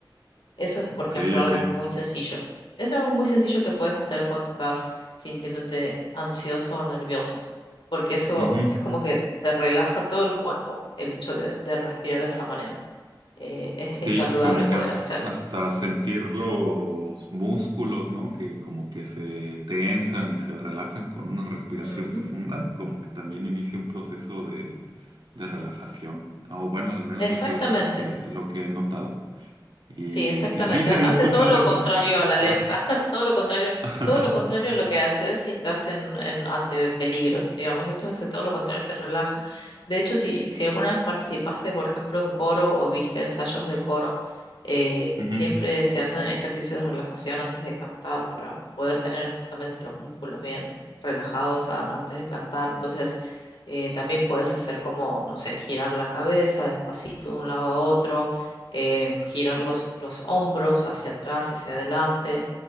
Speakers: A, on the left; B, on the right.
A: Eso es, por
B: ok,
A: ejemplo, algo
B: ok.
A: muy sencillo. Eso es algo muy sencillo que puedes hacer cuando estás sintiéndote ansioso o nervioso, porque eso
B: ujú.
A: es como que te relaja todo el cuerpo, el hecho de, de respirar de esa manera. Eh, es, es
B: Sí,
A: saludable
B: como
A: poder
B: que has-
A: hacerlo.
B: hasta sentir los músculos, ¿no? Que como que se tensan y se relajan con una respiración
A: Ujú,
B: profunda, como que también inicia un proceso de, de relajación. Ah, O bueno, al menos
A: Exactamente.
B: eso es lo que, lo que he notado. Y,
A: Sí, exactamente.
B: y sí, sí
A: ha-
B: había
A: Hace
B: escuchado
A: todo lo
B: eso.
A: contrario a la alerta,
B: Ajá.
A: <laughs> todo lo contrario,
B: <laughs>
A: todo lo contrario a lo que haces si estás en, en ante peligro. Digamos, esto hace todo lo contrario, te relaja. De hecho, si, si alguna vez participaste, por ejemplo, en coro o viste ensayos de coro, eh,
B: Ujú,
A: siempre se hacen ejercicios de relajación antes de cantar para poder tener justamente los músculos bien relajados a- antes de cantar. Entonces, eh, también puedes hacer como, no sé, girar la cabeza despacito de un lado a otro eh, girar los, los hombros hacia atrás, hacia adelante,